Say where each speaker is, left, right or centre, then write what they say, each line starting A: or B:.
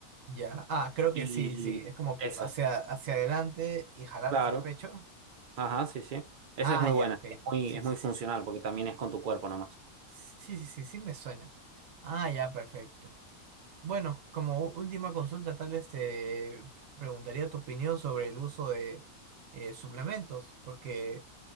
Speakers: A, on the right; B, on the right.
A: Ya. Ah, creo que
B: y
A: sí, sí. Es como
B: esa,
A: hacia, hacia adelante y jalar
B: claro.
A: es el pecho.
B: Ajá, sí, sí. Esa
A: Ah,
B: es muy
A: ya,
B: buena,
A: ok.
B: es muy,
A: Sí,
B: es
A: sí,
B: muy
A: sí.
B: funcional
A: Sí,
B: porque también es con tu cuerpo nomás.
A: sí, sí, sí, sí me suena. Ah, ya, perfecto. Bueno, como u- última consulta, tal vez te preguntaría tu opinión sobre el uso de eh, suplementos, porque